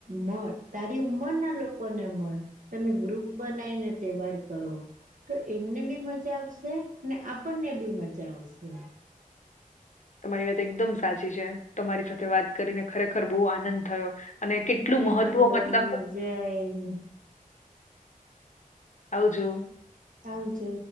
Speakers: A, on the right (about 65°); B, on the left (about 55°).
A: મળ તારી ઉંમરના લોકોને મળ તમે ગ્રુપ બનાવીને તહેવાર કરો. તો એમને બી મજા આવશે ને આપણને બી મજા આવશે.
B: તમારી વાત એકદમ સાચી છે તમારી સાથે વાત કરીને ખરેખર બહુ આનંદ થયો. અને કેટલું
A: મને
B: મહત્વ
A: પણ
B: મતલબ
A: <inaudible>
B: આવજો.
A: આવજો.